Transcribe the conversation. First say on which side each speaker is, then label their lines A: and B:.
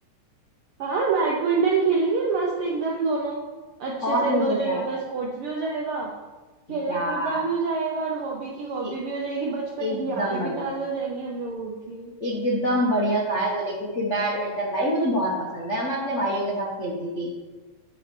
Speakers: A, on the right (about 75°); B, on the left (about 80°).
A: हाँ बैडमिंटन खेलेंगे मस्त एकदम दोनों अच्छे
B: और
A: से
B: नहीं
A: दो
B: तो
A: जनों
B: क्या
A: का स्पोर्ट्स भी हो जाएगा खेलना
B: यार
A: कूदना भी हो जाएगा और हॉबी की हॉबी
B: ए,
A: भी हो जाएगी बचपन
B: एकदम
A: की यादें भी
B: बढ़िया
A: ताजा हो जाएंगी हम लोगों की
B: एकदम बढ़िया कहा है तूने क्योंकि बैडमिंटन भाई मुझे बहुत पसंद है मैं अपने भाइयों के साथ खेलती थी